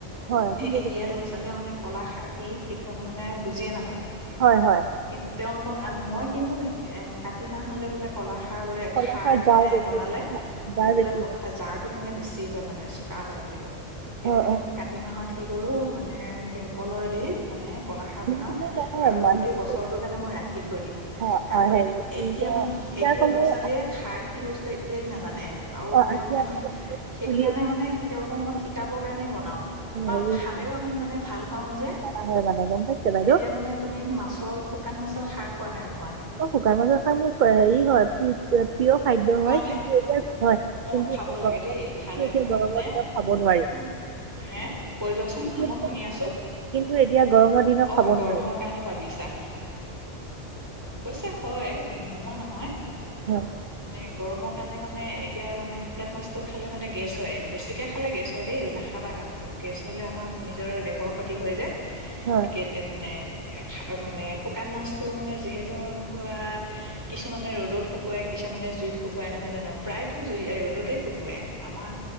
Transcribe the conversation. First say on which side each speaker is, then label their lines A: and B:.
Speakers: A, on the right; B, on the right.
A: হয় ঠিকে
B: এতিয়া
A: কৈছে
B: ল'ৰা ছোৱালীয়ে মানে কলা খাৰ সি তেওঁক মানে বুজিয়ে নাপায়।
A: হয়-হয়।
B: কিন্তু তেওঁলোকক মই কিন্তু কাতি মাহ হ'লে বোলে কলা সাৰ বোৰে
A: কলাখাৰ
B: সাৰ মানে
A: গাৰ বেছি
B: বনালে
A: গাৰ
B: বোলে
A: বেছি
B: জাৰটো মানে বেছি হয় মানে। ককা হয় বুলি কয় সেইটো
A: হয়
B: কাৰণে
A: হয়
B: মই কাতি মাহত কি কৰো মানে ভীমকলৰ দি মানে কলাখাৰ
A: যোনখিনি
B: বনাওঁ
A: নহয়
B: আৰু
A: মানে
B: গোটেই
A: কি
B: বছৰটোৰ
A: কয়,
B: কাৰণে মই ৰাখি থৈ দিওঁ
A: অ,
B: কাৰণ
A: অ, হেৰি কি
B: এতিয়া
A: কয়
B: মান
A: আঠিয়া
B: এতিয়া
A: কলৰ
B: ল'ৰা ছোৱালীয়ে সাৰ কি বস্তু একোৱেই নাজানে আৰু
A: আ-
B: তেওঁলোকে
A: আঠিয়া
B: সেইটো
A: পুলি
B: কাৰণে মানে তেওঁলোকক মই শিকাবৰ কাৰণে ব
A: হেৰি
B: খালে আ, ভাল পাও যে
A: হয় মানে গম পাইছে বাইদেউ
B: এতিয়া মানে তুমি মাছ শুকান মাছৰ খাৰ পোৱা ই নো
A: অ', শুকান মাছৰ খাই মোৰ হেৰি হয় প্ৰিয় খাদ্য
B: খোৱা
A: হয়
B: নে
A: কিন্তু এতিয়া হয়
B: অ',
A: কিন্তু
B: খাব
A: এতিয়া
B: লাগে দেই খালে
A: গৰমটো এতিয়া
B: তুমি
A: গৰমৰ
B: মানে
A: দিনত খাব
B: উ'
A: নোৱাৰি
B: হে কৈ যোৱাচোন
A: কিন্তু
B: মই শুনি আছো
A: কিন্তু এতিয়া গৰমৰ দিনত
B: অ',
A: খাব
B: গৰমৰ
A: নোৱাৰি
B: কাৰণে ভাবিছা। অৱশ্যে হয় নোহোৱা নহয়।
A: হয়
B: নাই। গৰমৰ কাৰণে মানে। এতিয়া মানে শুকান মাছটো খালে মানে গেছ হয় বেছিকৈ খালে গেছ হয় দেই নাখাবা কাণটো গেছ হ'লে আমাৰ নিজৰ দেহৰ ক্ষতি হৈ যায়।
A: হয়
B: একে মানে। মানে শুকান মাছতটো মানে যিহেতু ধৰা কিছুমানে ৰ'দত শুকুৱাই কিছুমানে জুইত শুকুৱাই নহয় জানো প্ৰায়। জুই ৰ'দতেই শুকুৱাই আমাৰ